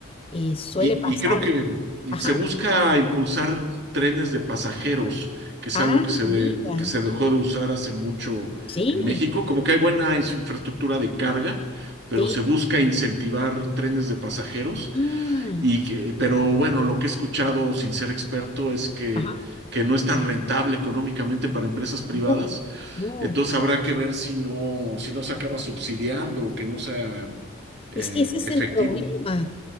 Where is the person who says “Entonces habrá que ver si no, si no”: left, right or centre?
Right